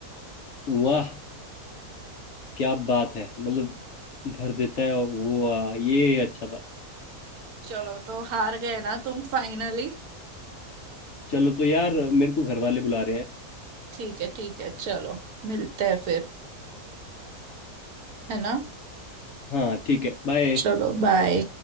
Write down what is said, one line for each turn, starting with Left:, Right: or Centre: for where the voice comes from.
Left: वाह क्या बात है मतलब भर देता है और वो वाह, ये अच्छा था
Right: चलो तो हार गए ना तुम फाइनली
Left: चलो तो यार मेरे को घर वाले बुला रहे हैं
Right: ठीक है ठीक है चलो मिलते हैं फिर है ना
Left: हाँ ठीक है बाय
Right: चलो बाय